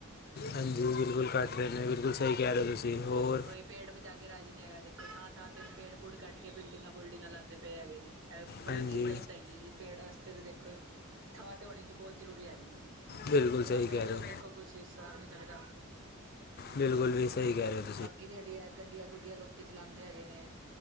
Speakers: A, on the left; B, on the right.
A: ਹਾਂਜੀ ਬਿਲਕੁਲ ਘੱਟ ਰਹੇ ਨੇ ਬਿਲਕੁਲ ਸਹੀ ਕਹਿ ਰਹੇ ਓ। ਤੁਸੀਂ ਹੋਰ
B: ਕੋਈ ਪੇੜ ਬਚਾ ਕੇ ਰਾਜੀ ਨਹੀਂ ਹੈਗਾ। ਦੇਖੋ ਥਾਂ, ਥਾਂ ਤੇ ਪੇੜ-ਪੂੜ ਕੱਟ ਕੇ ਬਿਲਡਿੰਗ-ਬੁਲਿਡਿੰਗਾਂ ਲਾਂਦੇ ਪਏ ਹੈਗੇ ਨੇ। ਬੜੀ
A: ਹਾਂਜੀ
B: ਚੀਜ਼ ਗਲਤ ਹੈਗੀ ਏ ਪੇੜ ਤੇ ਦੇਖੋ ਜੀ ਥਾਂ ਤੇ ਹੋਣੀ ਜੀ ਬਹੁਤ ਜ਼ਰੂਰੀ ਹੈਗੀ ਹੈ।
A: ਬਿਲਕੁਲ
B: ਬਿਨਾਂ
A: ਸਹੀ
B: ਪੇੜ
A: ਕਹਿ ਰਹੇ
B: ਤੋਂ
A: ਹੋ
B: ਦੇਖੋ ਕੁਛ ਸਰ ਨੀ ਚੜਦਾ।
A: ਬਿਲਕੁਲ ਵੀ ਸਹੀ ਕਹਿ ਰਹੇ ਓ।
B: ਬਾਕੀ ਜਿਹੜੀ ਹੈ ਗੱਡੀਆਂ-ਗੁੱਡੀਆਂ ਲੋਕੀ ਚਲਾਉਂਦੇ ਹੈਗੇ ਨੇ